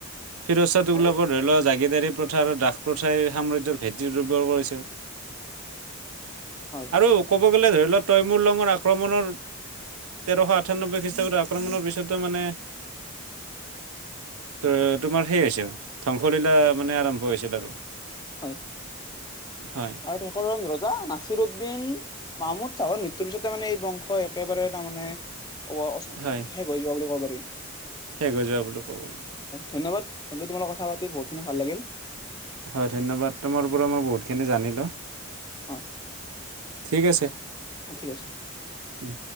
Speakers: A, on the right (about 80°); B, on the left (about 20°).
A: ফিৰোজ চাহ টোঘলকৰ
B: আৰু
A: ধৰি লোৱা জাগিদাৰী প্ৰথাৰ আৰু দাস প্ৰথাই সাম্ৰাজ্যৰ ভেটি দুৰ্বল কৰিছিল।
B: হয়।
A: আৰু ক'ব গ'লে ধৰি লওক তয়মুৰ লঙৰ আক্ৰমণৰ তেৰশ আঠানব্বৈ খ্ৰীষ্টাব্দ আক্ৰমৰ পিছতে মানে ত তোমাৰ সেই হৈছিল ধ্বংসলীলা মানে আৰম্ভ হৈছিল আৰু।
B: হয়,
A: হয়
B: আৰু শেষৰ ৰজা নাচিৰ উদ্দিন মামুদ চাহৰ মৃত্যুৰ পিছতে মানে এই বংশ একেবাৰে তাৰ মানে শেষ
A: হয়
B: হৈ যোৱা বুলি ক'ব পাৰি।
A: শেষ হৈ যোৱা বুলি ক'ব পাৰি।
B: ধন্যবাদ বন্ধু তোমাৰ লগত কথা পাতি বহুতখিনি ভাল লাগিল।
A: হয় ধন্যবাদ, তোমাৰ পৰা মই বহুতখিনি জানিলোঁ,
B: অ
A: ঠিক আছে।
B: অ' ঠিক আছে।
A: উম।